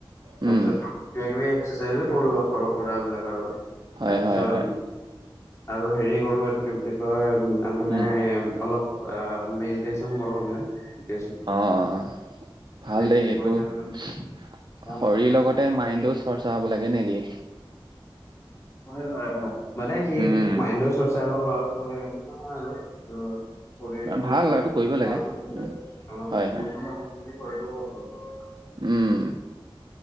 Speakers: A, on the left (about 30°); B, on the right (about 50°).
A: তাৰপিছত
B: উম,
A: কিবা এক্সাৰচাইজো কৰঁ আৰু সৰু- সুৰাবলাক আৰু
B: হয়,
A: তাৰপিছত
B: হয়, হয়,
A: আৰু হেৰি কৰোঁ, এইটো কি বুলি কয় মানে
B: উম,
A: অলপ মেডিটেশ্যন কৰোঁ মানে। মেডিটেশ্যন
B: অ'। ভাল
A: মেডিটেশ্যন
B: দেই সেইটো,
A: কৰিলে মানে
B: শৰীৰ
A: কামটো মানে
B: লগতে
A: ভালকে
B: মাইণ্ডটো
A: যায়।
B: চৰ্চা হব লাগে, নে কি?
A: হয়, হয়, হয়, মানে কি
B: উম,
A: মাইণ্ডৰো চৰ্চা অলপ হয়। লগা বুলি নহয় আৰু ত' শৰীৰটো
B: ভাল এইটো কৰিব লাগে।
A: ভাল থাকিলে,
B: উম, হয়, হয়,
A: মনটো ভাল শৰীৰটো হয়।
B: উম।